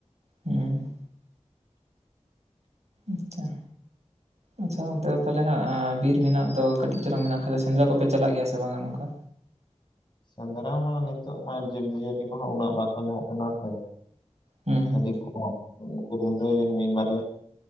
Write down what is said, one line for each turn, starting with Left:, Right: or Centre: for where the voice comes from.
Right: ᱦᱩᱸ ᱟᱪᱪᱷᱟ ᱟᱪᱷᱟ ᱚᱱᱛᱮ ᱫᱚ ᱛᱟᱦᱚᱞᱮ ᱦᱟᱸᱜ ᱵᱤᱨ ᱢᱮᱱᱟᱜ ᱫᱚ ᱠᱟᱹᱴᱤᱡ ᱪᱟᱞᱟᱝ ᱢᱮᱱᱟᱜ ᱠᱷᱟᱡ ᱫᱚ ᱥᱮᱸᱫᱽᱨᱟ ᱠᱚᱯᱮ ᱪᱟᱞᱟᱜ ᱜᱮᱭᱟ ᱥᱮ ᱵᱟᱝᱟ ᱱᱚᱝᱠᱟ?
Left: ᱥᱮᱸᱫᱽᱨᱟ ᱢᱟ ᱱᱮᱛᱚᱜ ᱢᱟ ᱡᱤᱵᱽᱼᱡᱤᱭᱟᱹᱞᱤ ᱠᱚᱦᱚᱸ ᱩᱱᱟᱹᱜ ᱵᱟᱠᱚ ᱧᱟᱢᱚᱜ ᱠᱟᱱᱟ ᱥᱮ᱾
Right: ᱦᱩᱸ ᱦᱩᱸ
Left: ᱟᱹᱰᱤ ᱠᱚᱢ ᱩᱱᱠᱚ ᱨᱩᱸᱰᱟᱹ ᱜᱮ ᱢᱤᱫ ᱵᱟᱨᱭᱟ